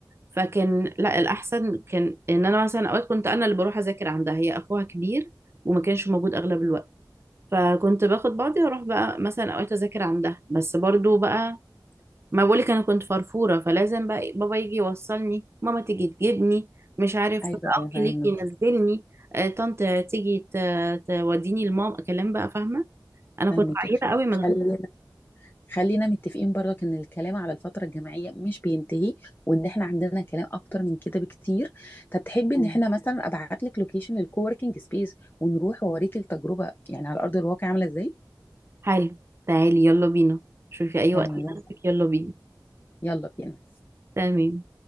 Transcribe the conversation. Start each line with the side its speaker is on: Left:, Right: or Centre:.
Right: فكان لا الأحسن كان إن أنا مثلا أوقات كنت أنا اللي بروح أذاكر عندها هي أخوها كبير وما كانش موجود أغلب الوقت فكنت باخد بعضي واروح بقى مثلا اوقات اذاكر عندها بس برضو بقى ما بقولك انا كنت فرفوره فلازم بقى إيه، بابا يجي يوصلني ماما تيجي تجيبني مش عارف
Left: ايوه
Right: اخي
Left: انا فاهمك
Right: ليك ينزلني آه، طنط تيجي ت- توديني لماما كلام بقى فاهمه انا
Left: فاهمك
Right: كنت عيله قوي ما دخلت
Left: خلينا خلينا متفقين برضك ان الكلام على الفتره الجامعيه مش بينتهي وان احنا عندنا كلام اكتر من كده بكتير طب تحبي ان مم. احنا مثلا ابعت لك لوكيشن للكووركينج سبيس ونروح واوريك التجربه يعني على ارض الواقع عامله ازاي
Right: حالي تعالي يلا بينا شوفي اي
Left: تمام
Right: وقت يناسبك يلا بينا
Left: يلا بينا
Right: تمام